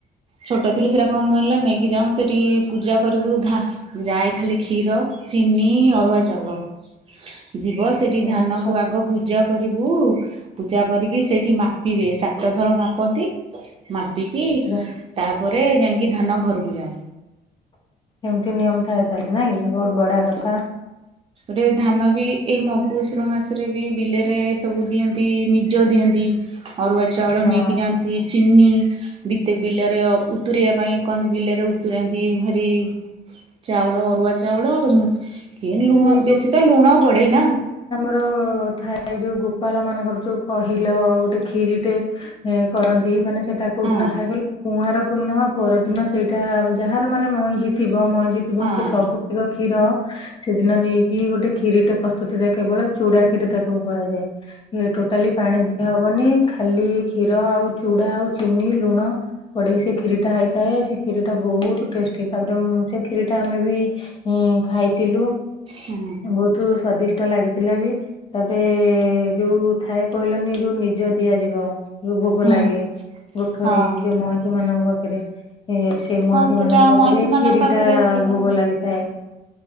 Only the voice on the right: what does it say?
ଛୋଟ ଥିଲୁ ସେଟା କଣ କହିଲ ନେଇକି ଯାଉଁ ସେଠି ପୂଜା କରିବୁ ଧା ଯାଏ ଖାଲି କ୍ଷୀର। ଚିନି, ଅରୁଆ ଚାଉଳ।
ଯିବ ସେଠି ଧାନ
କୁ ଆଗ ପୂଜା କରିବୁ। ପୂଜା କରିକି ସେଇଠି ମା ପିବେ ସାତ ଥର ମାପନ୍ତି। ମାପିକି
ଟି ତାପରେ ଯାଇକି ଧାନ ଘରକୁ ଯା
ରେ ଧାନ ବି ଏଇ ମଗୁଶୁର ମାସରେ ବି ବିଲରେ ସବୁ ଦିଅନ୍ତି ନିଜ ଦିଅନ୍ତି। ଅରୁଆ ଚାଉଳ
ନେଇକି ଯାଆନ୍ତି ଚିନି ବିତେ ବିଲରେ ଉତୁରିବା ପାଇଁ କହନ୍ତି ବିଲରେ ଉତରାନ୍ତି ଭାରି ଚାଉଳ ଅ ଉଆ ଚାଉଳ ଉଁ, କି ଲୁଣ
ବେଶୀ ତ ଲୁଣ ପଡେ ନା।
ହଁ
ହଁ
ହୁଁ
ହୁଁ
ହଁ
ହଁ ସେଟା
ମଇଁଷି ମାନଙ୍କ
ପାଖରେ
ଥିବ